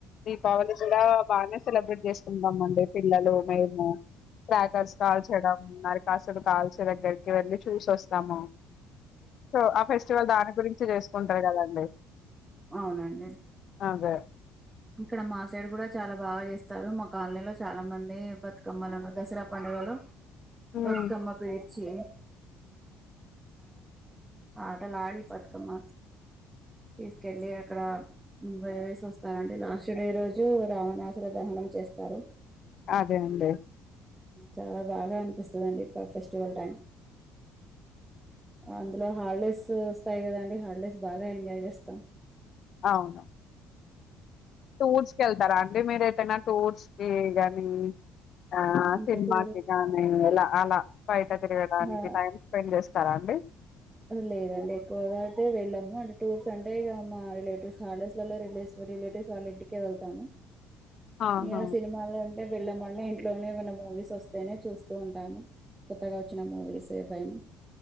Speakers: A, on the left; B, on the right.
A: దీపావళి కూడా బాగనే సెలబ్రేట్ చేసుకుంటామండి పిల్లలు, మేము క్రాకర్స్ కాల్చడము నర అసలు కాల్చే దగ్గరికి వెళ్ళి చూసొస్తాము సో ఆ ఫెస్టివల్ దాని గురించి చేసుకో కొంటరు కదండి
B: అవునండి
A: అదే
B: ఇక్కడ మా సైడ్ కూడా చాలా బాగా చేస్తారు మా కాలనీలో చాలా మంది బతుకమ్మలను దసరా పండుగలో
A: హ్మ్.
B: బతుకమ్మ పేర్చి ఆటలు ఆడి బతుకమ్మ తీసుకెల్లి అక్కడ వ వేసి వస్తారండి లాస్ట్ డే రోజు రావణాసుర దహనం చేస్తారు
A: అదే అండి
B: చాలా బాగా అనిపిస్తదండి ఫ ఫెస్టివల్ టైం. అందులో హాల్డేస్ వస్తాయి కదండి హాల్డేస్ బాగా ఎంజాయ్ చేస్తాం.
A: అవును టూర్స్ కెళ్తార అం అంటే మీరు ఎటైన టూర్స్ కి గానీ ఉ ఆ
B: ఇంతకు
A: సినిమాకిగానీ ఎలా అల బయటకి తిరగడానికి
B: ఆ
A: టైమ్ స్పెండ్ చేస్ స్తారా అండి
B: లేదండి ఎక్కువగా అయితే వెళ్ళము. అంటే టూర్స్ అంటే ఇగ మా రిలేటివ్స్ హాల్ డేస్ లలో రిలేస్ రిలేటివ్స్ వాళ్ళ ఇంటికే వెళ్తాము.
A: ఆహా
B: ఏం సినిమాలో అం వెళ్ళమండి ఇంట్లోనే ఏమైనా మూవీస్ వస్తేనే చూస్తూ ఉంటాము కొత్తగా వచ్చిన మూవీస్ ఏవైనా